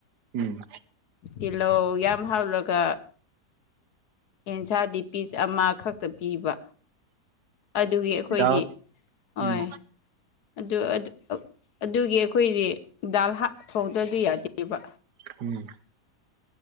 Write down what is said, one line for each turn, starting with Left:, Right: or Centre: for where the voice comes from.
Right: ꯎꯝ
Left: ꯇꯤꯜꯂꯧ ꯌꯥꯝ ꯍꯥꯎꯂꯒ ꯑꯦꯟꯁꯥꯗꯤ ꯄꯤꯁ ꯑꯃꯈꯛꯇ ꯄꯤꯕ ꯑꯗꯨꯒꯤ ꯑꯩꯈꯣꯏꯗꯤ
Right: ꯗꯥꯜ
Left: ꯍꯣꯏ
Right: ꯎꯝ
Left: ꯑꯗꯨ ꯑꯗꯨꯒꯤ ꯑꯩꯈꯣꯏꯗꯤ ꯗꯥꯜ ꯊꯣꯡꯗ꯭ꯔꯗꯤ ꯌꯥꯗꯦꯕ
Right: ꯎꯝ